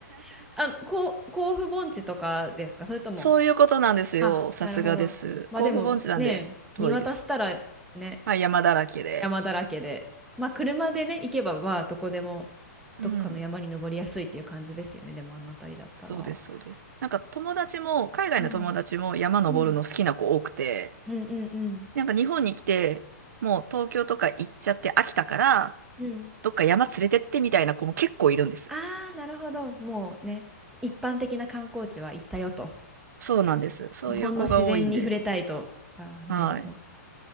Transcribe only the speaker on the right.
そういうことなんですよ。
さすがです。
甲府盆地なんで遠いです。
まあ、山だらけで。
うん。
そうです、そうです。なんか友達も、
海外の友達も山登るの好きな子多くて、
なんか日本に来て、もう東京とか行っちゃって飽きたから、
どっか山連れてってみたいな子も結構いるんです。
そうなんです。そういう子が多いんで。
はい。